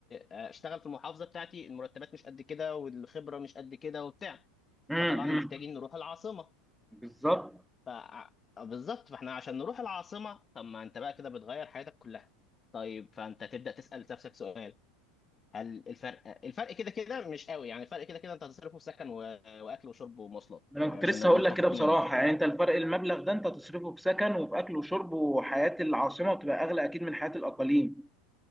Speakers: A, on the left; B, in the centre.
A: اشتغل في المحافظة بتاعتي المرتبات مش قد كده والخبرة مش قد كده وبتاع
B: امم
A: فطبعا محتاجين
B: أمم.
A: نروح العاصمة
B: بالظبط
A: ف آه، بالظبط فاحنا عشان نروح العاصمة طب ما انت بقى كده بتغير حياتك كلها طيب فانت تبدأ تسأل نفسك سؤال هل الفرق الفرق كده كده مش قوي يعني الفرق كده كده انت هتصرفه في سكن و... واكل وشرب ومواصلات
B: انا
A: آه،
B: كنت
A: عشان
B: لسه
A: نبقى
B: هقول
A: متفقين
B: لك كده بصراحه
A: يعني
B: يعني انت الفرق المبلغ ده انت تصرفه في سكن وفي اكل وشرب وحياه العاصمه بتبقى اغلى اكيد من حياه الاقاليم